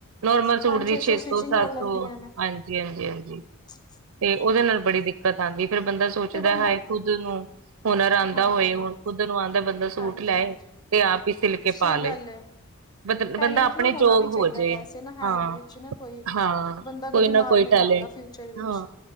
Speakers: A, on the right; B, on the left.
A: ਨੋਰਮਲ ਸੂਟ
B: ਪੰਜ
A: ਦੀ ਛੇ
B: ਸਟਿਚਿੰਗ
A: ਸੌ ਸੱਤ
B: ਲੈ ਲੈਂਦੀਆਂ
A: ਸੌ
B: ਨੇ
A: ਹਾਂਜੀ ਹਾਂਜੀ ਹਾਂਜੀ,
B: <inaudible>
A: ਤੇ ਉਹਦੇ ਨਾਲ ਬੜੀ ਦਿੱਕਤ ਆਉਂਦੀ ਫਿਰ ਬੰਦਾ ਸੋਚਦਾ
B: ਫਿਰ ਬੰਦਾ
A: ਹਾਏ ਖੁਦ ਨੂੰ। ਹੁਨਰ ਆਂਦਾ
B: ਹਾਂਜੀ
A: ਹੋਏ ਹੁਣ ਖੁੱਦ ਨੂੰ ਆਂਦਾ ਬੰਦਾ ਸੂਟ
B: ਹਾਂਜੀ
A: ਲੈ
B: ਹਾਂਜੀ
A: ਤੇ ਆਪ ਹੀ ਸਿਲ ਕੇ
B: ਸਹੀ
A: ਪਾ ਲਏ।
B: ਗੱਲ ਹੈ
A: ਬ
B: ਟੈਲੈਂਟ
A: ਬੰਦਾ ਆਪਣੇ
B: ਨਾ ਹੋਣਾ
A: ਯੋਗ
B: ਵੀ ਚਾਹੀਦਾ
A: ਹੋਜੇ
B: ਵੈਸੇ ਨਾ ਹੈਂਡ
A: ਹਾਂ
B: ਵਿੱਚ ਨਾ ਕੋਈ ਇੱਕ
A: ਹਾਂ।
B: ਬੰਦਾ
A: ਕੋਈ
B: ਕਦੀ
A: ਨਾ
B: ਮਾਰ
A: ਕੋਈ
B: ਨੀ
A: ਟੈਲੈਂਟ
B: ਖਾਂਦਾ ਫਿਊਚਰ ਵਿੱਚ
A: ਹਾਂ,